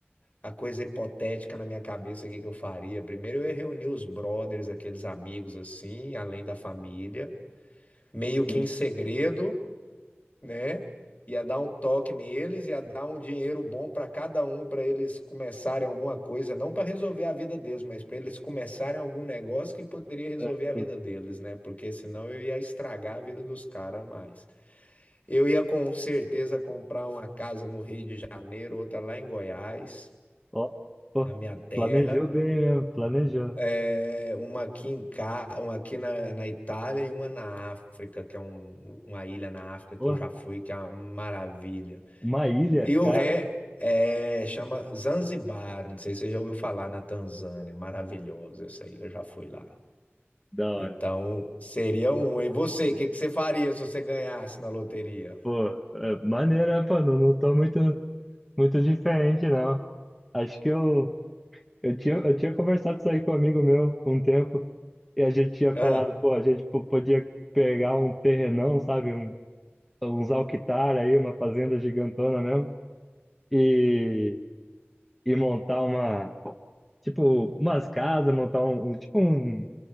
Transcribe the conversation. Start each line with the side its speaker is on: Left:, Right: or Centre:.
Left: a coisa hipotética na minha cabeça, o que que eu faria. Primeiro eu ia reunir os brothers, aqueles amigos assim, além da família, meio que
Centre: Sim.
Left: em segredo. né? Ia dar um toque neles, ia dar um dinheiro bom para cada um, para eles começarem alguma coisa, não para resolver a vida deles, mas para eles começarem algum negócio que poderia resolver
Centre: É,
Left: a
Centre: tô-
Left: vida deles, né? Porque senão eu ia estragar a vida dos caras mais. Eu ia com certeza comprar uma casa no Rio de Janeiro, outra lá em Goiás,
Centre: Ó, pô,
Left: na minha terra,
Centre: planejou bem mesmo, planejou.
Left: é, uma aqui em Ca... uma aqui na, na Itália e uma na África, que é um- uma ilha na África que
Centre: Pô,
Left: eu já fui, que é uma maravilha.
Centre: uma ilha,
Left: E o
Centre: cara,
Left: ré é, chama Zanzibar, não sei se você já ouviu falar na Tanzânia, maravilhosa essa ilha, eu já fui lá.
Centre: da hora.
Left: Então, seria um. E você, o que que você faria se você ganhasse na loteria?
Centre: Pô, é, maneira, pô, não, não tô muito, muito diferente, não. Acho que eu, eu tinha, eu tinha conversado isso aí com um amigo meu um tempo. E a gente tinha
Left: Ah,
Centre: falado, pô, a gente po- podia pegar um terrenão, sabe? Um, uns alquitar aí, uma fazenda gigantona mesmo, e, e montar uma, tipo, umas casas, montar um, um- tipo um,